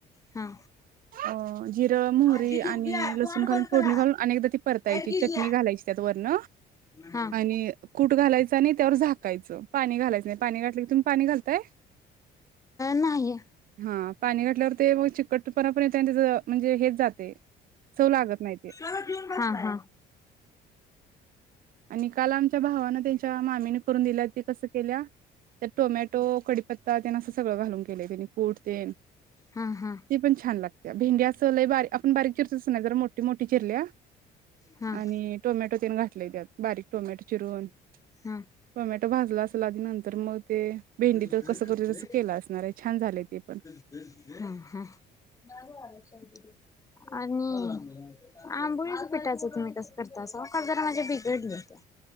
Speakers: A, on the left; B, on the right.
A: हा.
B: अ जिरं मोहरी
A: आजी
B: आणि
A: झोपली
B: लसूण
A: तोंड
B: घालून
A: बंद
B: फोडणी
A: करा
B: घालून अनेकदा ती परतायची
A: लाईट गेली
B: चटणी घालायची. त्यावरन
A: हा.
B: आणि कूट घालायचं आणि त्यावर झाकायचं. पाणी घालायचं नाही पाणी घातलं की, नसतंय
A: नाही ह
B: हा पाणी घातल्यावर ते मग चिकटपणा पण येतय आणि त्याच म्हणजे हेच जातय. चव लागत नाय ते
A: हा.
B: आणि काल आमच्या भावानं त्या मामी नी करून दिल्या ते कस केलीय टोमॅटो, कडीपत्ता, असं सगळं घालून केले त्यांनी कुट तेन
A: हा हा
B: ती पण छान लागतय भेंड असं लय आपण बारीक चिरतो नाही जर मोठी मोठी चिरल्या
A: हा हा
B: आणि टोमॅटो घातलय त्यात बारीक टोमॅटो चिरून
A: हा
B: टोमॅटो भाजला असल आधी नंतर मग ते भेंडी
A: <unintelligible>
B: तर कसं करतोय तसं केलं असणार आहे छान झालंय ते पण
A: हा हा <unintelligible> आणि <unintelligible> आंबोळीच पिठाच तुम्ही कस करत जरा माझे बिघडल होत